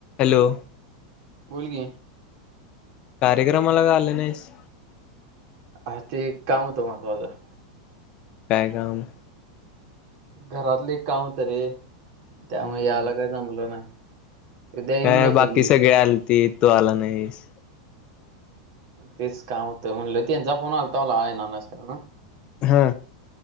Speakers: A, on the left; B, on the right.
A: Hello!
B: बोल की.
A: कार्यक्रमाला का आली नाहीस?
B: अ ते काम होतं महत्त्वाचं.
A: काय काम?
B: घरातल एक काम होतं रे.
A: हम्म
B: त्यामुळे यायला काय जमलं नाही. उद्या येऊन
A: काय
B: जातो
A: बाकी
B: की
A: सगळे आलतीत. तु आला नाहीस.
B: तेच काम होतं. म्हणल त्यांचा फोन आलता मला येणार नाहीस काय म्हणून?
A: हा.